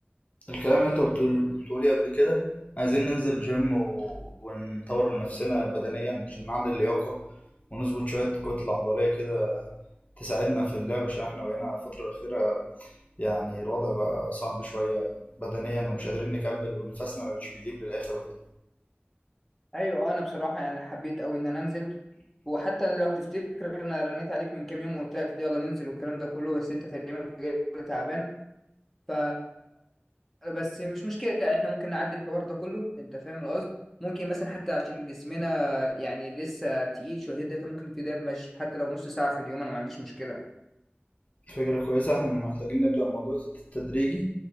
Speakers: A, on the left; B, in the centre.
A: الكلام اللي انت قلته قلته لي قبل كده عايزين ننزل جيم و... ونطور من نفسنا بدنيا عشان نعلي اللياقة ونظبط شوية كتلة عضلية كده تساعدنا في اللعب عشان احنا بقينا الفترة الأخيرة يعني الوضع بقى صعب شوية بدنيا ومش قادرين نكمل ونفسنا مش بيجيب للآخر وكده
B: أيوة آه، أنا بصراحة يعني حبيت أوي إن أنا أنزل وحتى لو تفتكر انا رنيت عليك من كام يوم وقلت لك يلا ننزل والكلام ده كله بس انت تقريبا كنت جاي تعبان ف بس مش مشكلة احنا ممكن نعدي الحوار ده كله انت فاهم القصد ممكن مثلا حتى عشان جسمنا يعني لسه تقيل شويتين تلاتة ممكن نبتدي بمشي حتى لو نص ساعة في اليوم انا ما عنديش مشكلة
A: فكرة كويسة احنا محتاجين نبدأ الموضوع تدريجي